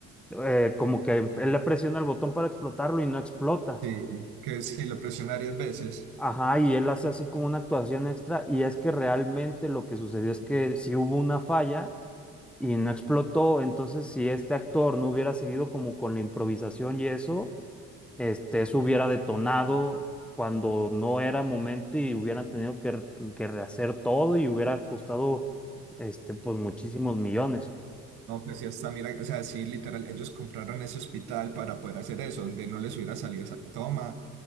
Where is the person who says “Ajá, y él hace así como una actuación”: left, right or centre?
Centre